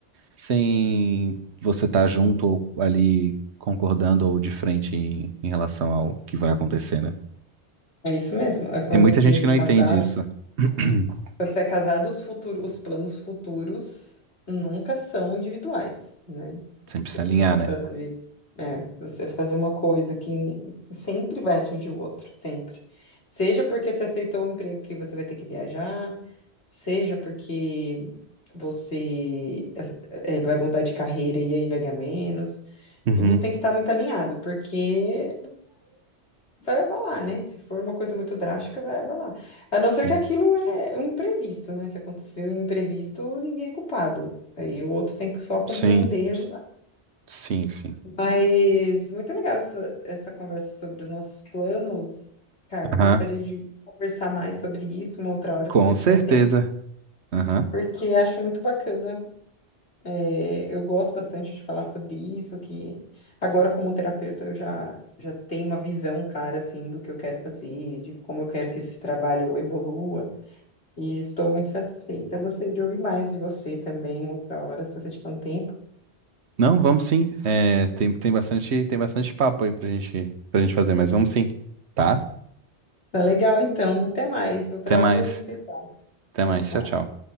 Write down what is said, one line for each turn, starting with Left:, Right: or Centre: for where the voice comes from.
Right: sem você estar junto ou ali concordando ou de frente em, em relação ao que vai acontecer, né?
Left: é isso mesmo. É quando
Right: Tem muita
Left: você
Right: gente que
Left: casar,
Right: não entende isso. <clears throat>
Left: Quando você é casado, os futuros, os planos futuros nunca são individuais, né?
Right: Sempre
Left: Se
Right: se
Left: você
Right: alinhar,
Left: vai
Right: né?
Left: fazer, é, você vai fazer uma coisa que sempre vai atingir o outro, sempre. Seja porque você aceitou um emprego que você vai ter que viajar, seja porque você é, é, vai mudar de carreira e aí vai ganhar menos.
Right: Uhum,
Left: Tudo tem que estar muito alinhado, porque vai abalar, né? Se for uma coisa muito drástica, vai abalar. A não ser
Right: sim.
Left: que aquilo é um imprevisto, né? Se aconteceu um imprevisto, ninguém é culpado. Aí o outro tem que só compreender
Right: Sim,
Left: e ajudar.
Right: sim, sim.
Left: Mas muito legal essa, essa conversa sobre os nossos planos. Carlos,
Right: Aham,
Left: gostaria de conversar mais sobre isso uma outra hora,
Right: com
Left: se você
Right: certeza.
Left: tiver tempo,
Right: Aham.
Left: porque acho muito bacana É, eu gosto bastante de falar sobre isso, que agora como terapeuta eu já, já tenho uma visão clara, assim, do que eu quero fazer, de como eu quero que esse trabalho evolua, e estou muito satisfeita. Eu gostaria de ouvir mais de você também, outra hora, se você tiver um tempo.
Right: Não, vamos sim. É, tem, tem bastante, tem bastante papo aí pra gente, pra gente fazer, mas vamos sim, tá?
Left: Tá legal, então. Até mais. Outra
Right: Até mais.
Left: hora a gente se fala.
Right: Até
Left: Tchau,
Right: mais.
Left: tchau.
Right: Tchau, tchau.